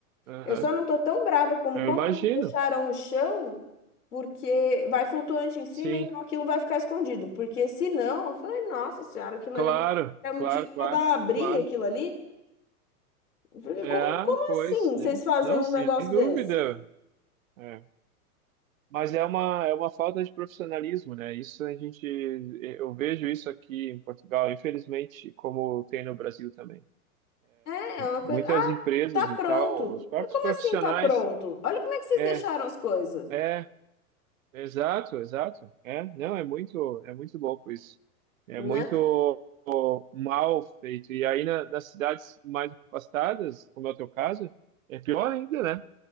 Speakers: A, on the right; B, on the left.
A: Aham.
B: Eu só não tô tão brava como
A: Eu
B: como
A: imagino.
B: eles deixaram o chão, porque vai flutuante em cima,
A: Sim.
B: então aquilo vai ficar escondido. Porque se não, eu falei, nossa senhora, aquilo
A: Claro,
B: ali é motivo
A: claro, claro,
B: pra dar uma briga,
A: claro.
B: aquilo ali. Eu falei,
A: É,
B: como, como
A: pois,
B: assim vocês
A: né?
B: fazem
A: Não,
B: um
A: sem
B: negócio
A: dúvida.
B: desse?
A: É. Mas é uma, é uma falta de profissionalismo, né? Isso a gente, é, eu vejo isso aqui em Portugal, infelizmente, como tem no Brasil também.
B: É, é uma
A: Muitas
B: coisa. Ah,
A: empresas
B: tá pronto.
A: e tal, os próprios
B: Eu falei, Como
A: profissionais,
B: assim tá pronto? Olha como é que vocês
A: é,
B: deixaram as coisas.
A: é, Exato, exato. É, não, é muito, é muito louco isso. É
B: né?
A: muito mal feito. E aí na- nas cidades mais afastadas, como é o teu caso, é pior ainda, né?